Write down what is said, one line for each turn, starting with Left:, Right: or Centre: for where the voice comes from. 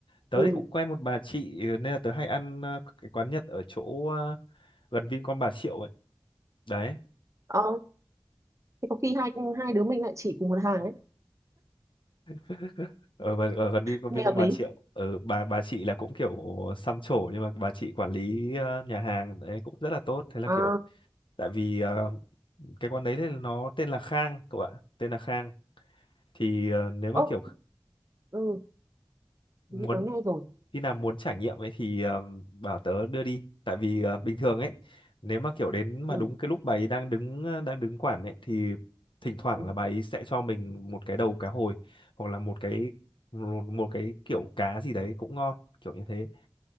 Left: tớ
Right: ừ.
Left: thì cũng quen một bà chị ừ, nên là tớ hay ăn ờ, cái quán Nhật ở chỗ ờ, gần Vincom Bà Triệu ấy đấy
Right: Ờ, Thì có khi hai hai đứa mình lại chỉ cùng một hàng ấy.
Left: <laughs> ở, gần- ở gần Vincom
Right: Nghe
Left: Vincom
Right: hợp
Left: Bà
Right: lý.
Left: Triệu ở bà bà chị là cũng kiểu xăm trổ nhưng mà bà chị quản lý ờ, nhà hàng đấy cũng rất là tốt thế là
Right: À,
Left: kiểu tại vì ờ, cái quán đấy thì nó tên là Khang cậu ạ tên là Khang thì ờ, nếu
Right: ố,
Left: mà kiểu
Right: ừ,
Left: muốn
Right: hình như tớ nghe rồi.
Left: khi nào muốn trải nghiệm ấy thì ờ, bảo tớ đưa đi tại vì ờ, bình thường ấy nếu mà kiểu đến mà
Right: Ừ,
Left: đúng cái lúc bà ấy đang đứng ờ, đang đứng quản ấy thì thỉnh thoảng
Right: ừ.
Left: là bà ấy sẽ cho mình một cái đầu cá hồi hoặc là một cái một, một cái kiểu cá gì đấy cũng ngon kiểu như thế